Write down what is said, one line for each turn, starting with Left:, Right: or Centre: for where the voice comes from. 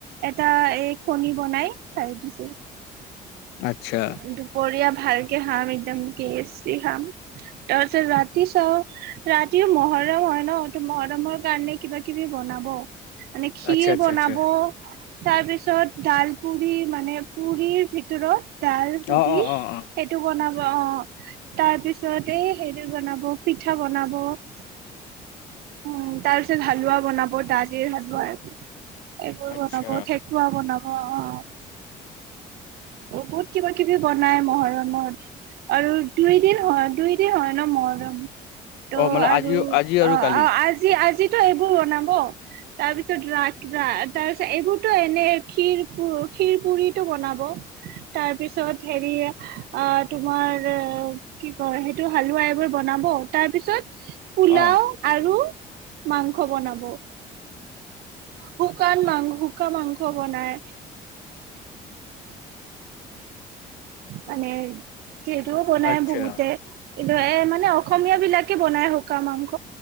Right: এটা এ কণীৰ বনাই খাই দিছো।
Left: আচ্ছা
Right: কি দুপৰিয়া ভালকে খাম একদম কেচি খাম তাৰপছত ৰাতি চ ৰাতিও মহৰ <inaudible> মৰম হয় ন ত মহৰমৰ কাৰণে কিবা কিবি বনাব। <inaudible> মানে খীৰ
Left: আচ্ছা আচ্ছা
Right: বনাব
Left: আচ্ছা
Right: তাৰ পিছত ডাল পুৰি মানে পুৰি ভিত ডাল পুৰি
Left: অ অ
Right: সেইটো
Left: অ অ
Right: বনাব। অ তাৰ পিছত এই হেৰি বনাব পিঠা বনাব। উ তাৰ পিছত হালোৱা বনাব দালিৰ হালোৱা। এইবোৰ
Left: আচ্ছা
Right: বনাব ঠেকুৱা বনাব। অ বহুত কিবা কিবি বনাই মহৰমত আৰু দুইদিন হয় দুই- হয় ন মহৰম ত'
Left: অ মানে
Right: আৰু
Left: আজি আজি আৰু
Right: অ
Left: কালি
Right: আজি আজি, ত সেইবোৰ বনাব তাৰ পিছত ৰা ৰা তাৰ পিছত এইবোৰতো এনেই খীৰ খীৰ পুৰিটো বনাব। তাৰ পিছত হেৰি অ তোমাৰ কি কয় সেইটো হালোৱা এইবোৰ বনাব তাৰ পিছত, পোলাও
Left: অ
Right: আৰু, মাংস বনাব। শুকান মাং শুকান মাংস বনাই মানে যিহেতো বনাই
Left: আচ্ছা
Right: বহুতে, কিন্তু এ মানে অসমীয়া বিলাকে বনাই শুকাঁন মাংস